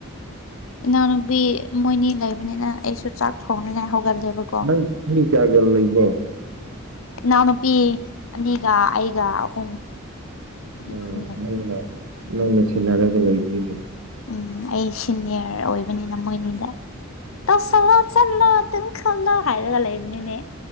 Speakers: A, on the left; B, on the right.
A: ꯏꯅꯥꯎꯅꯨꯄꯤ ꯃꯣꯏꯅꯤ ꯂꯩꯕꯅꯤꯅ ꯑꯩꯁꯨ ꯆꯥꯛ ꯊꯣꯡꯅꯤꯉꯥꯏ ꯍꯧꯒꯠꯂꯦꯕ
B: ꯅꯪ ꯃꯤ ꯀꯌꯥꯒ ꯂꯩꯕꯣ
A: ꯏꯅꯥꯎꯅꯨꯄꯤ ꯑꯅꯤꯒ ꯑꯩꯒ ꯑꯍꯨꯝ ꯃꯤ
B: ꯑꯣ
A: ꯑꯍꯨꯝ ꯂꯩꯌꯦ
B: ꯅꯪꯅ ꯅꯪꯅ ꯁꯤꯟꯅꯔꯒ ꯂꯩꯕꯅꯤꯅꯦ
A: ꯎꯝ ꯑꯩ ꯁꯤꯅꯤꯌꯔ ꯑꯣꯏꯕꯅꯤꯅ ꯃꯣꯏꯅꯤꯗ ꯇꯧꯁꯜꯂꯣ ꯆꯠꯂꯣ ꯑꯗꯨꯝ ꯈꯣꯠꯂꯣ ꯍꯥꯏꯔꯒ ꯂꯩꯕꯅꯤꯅꯦ